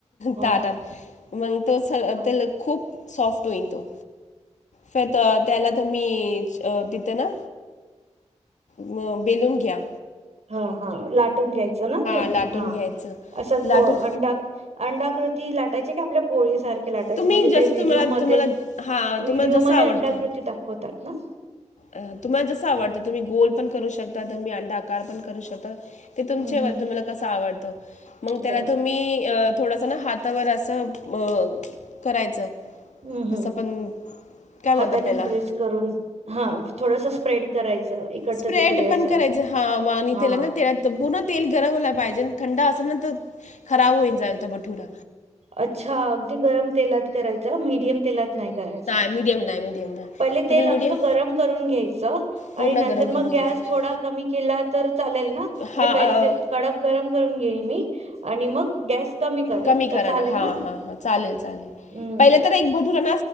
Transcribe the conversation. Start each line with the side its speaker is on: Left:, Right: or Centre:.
Right: हा
Left: ताटात,
Right: हा
Left: मग तो स
Right: हा
Left: तेला खूप सॉफ्ट होईन तो. फेत त्याला तं मी तितं ना मं बेलून घ्या.
Right: हा हा लाटून घ्यायचं ना ते?
Left: लाटून
Right: हा
Left: घ्यायचं
Right: असं
Left: लाटून
Right: गोल अंडा अंडाकृती लाटायची की, आपल्या पोळीसार लाटायचे
Left: तुम्ही
Right: म्हणजे
Left: जसं
Right: ते व्हिडिओमधे,
Left: तुम्हाला तुम्हाला हा
Right: व्हिडिओमधे
Left: तुम्हाला जसं आवडतंय
Right: अंडाकृती दाखवतात ना?
Left: अं तुम्हाला जसं आवडतं, तुम्ही गोल पण करू शकता, तुम्ही अंडा आकार पण करू शकता. ते तुमच्यावर
Right: हम्म हम्म
Left: तुम्हाला कस आवडतं. मग त्याला
Right: बरं
Left: तुम्ही, थोडासा ना हात तावर असं मग करायचं
Right: हम्म
Left: जसं
Right: हम्म
Left: पण काय म्हणतात
Right: हातानी
Left: त्याला
Right: प्रेस करून, हा थोडसं स्प्रेड करायचं. इकडचं
Left: स्प्रेड
Right: तिकडे असं
Left: पण करायचं, हा वाणी
Right: हा
Left: तेला ना तेलात तर पूर्ण तेल गरम होयला पाहिजे. थंड असेल ना, तर खराब होईन जायल त बठुडा.
Right: अच्छा अगदी गरम तेलात करायचं, मीडियम तेलात नाही करायचं.
Left: मिडयम नाही, मिडीयम नाही.
Right: पहिले
Left: तुम्ही
Right: तेल
Left: मीडियम
Right: अख्खं गरम करून घ्यायचं
Left: पूर्ण
Right: आणि नंतर
Left: गरम करून
Right: मग गॅस
Left: घ्यायचं
Right: थोडा कमी केला तर चालेल ना? म्हणजे
Left: हा
Right: पहिले
Left: अं,
Right: ते कडक गरम करून घेईल मी आणि मग गॅस करेल
Left: कमी
Right: तर
Left: कराना
Right: चालेल
Left: हा
Right: ना
Left: हां हां चालेल चालेल,
Right: हम्म
Left: पहिले तर एक बोटूरा